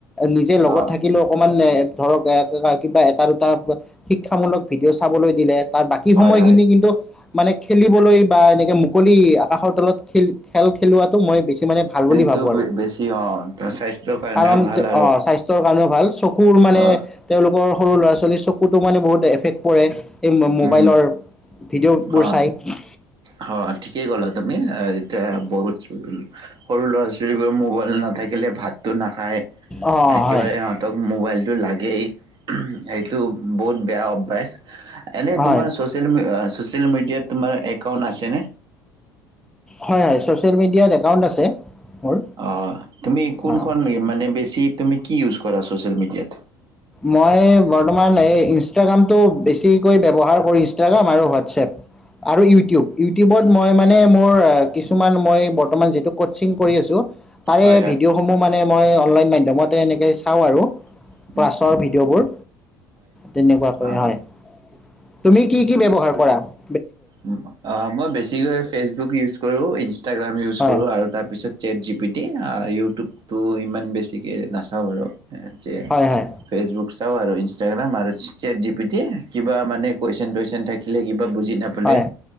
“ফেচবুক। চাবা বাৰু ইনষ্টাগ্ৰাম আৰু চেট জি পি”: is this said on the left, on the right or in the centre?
Right